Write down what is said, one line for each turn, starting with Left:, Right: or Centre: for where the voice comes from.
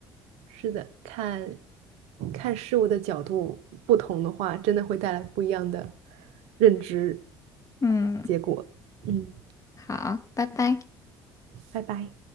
Right: 是的，看看事物的角度不同的话，真的会带来不一样的认知
Left: 嗯，
Right: 结果。嗯，
Left: 好，拜拜。
Right: 拜拜。